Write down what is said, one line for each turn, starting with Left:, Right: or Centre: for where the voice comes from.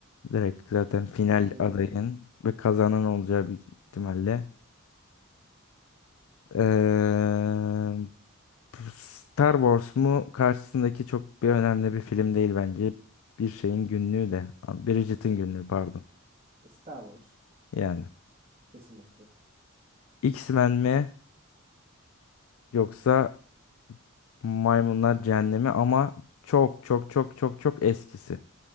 Left: Direkt zaten final
Right: Direkt
Left: adayın
Right: direkt.
Left: ve kazanan olacağı bir ihtimalle. Eee, Star Wars mu karşısındaki çok bir önemli bir film değil bence. Bir şeyin günlüğü de. Bridget'in günlüğü pardon.
Right: Star Wars.
Left: Yani
Right: Kesinlikle.
Left: X-Men mi yoksa Maymunlar Cehennemi ama çok çok çok çok çok eskisi.